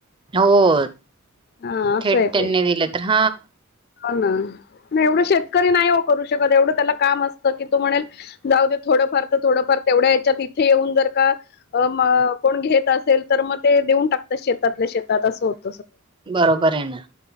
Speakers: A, on the right (about 25°); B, on the left (about 45°).
A: हो.
B: हा असं
A: थेट
B: आहे
A: त्यांनी
B: ते
A: दिल तर.
B: हो ना नाही एवढं शेतकरी नाही हो करू शकत एवढं त्याला काम असत. की तो म्हणेल जाऊ दे थोडंफार तर थोडंफार तेवढ्या याच्यात तिथे येऊन जर का कोण घेत असेल तर मग ते देऊन टाकतात शेतातल्या शेतात असं होत.
A: बरोबर आहे ना.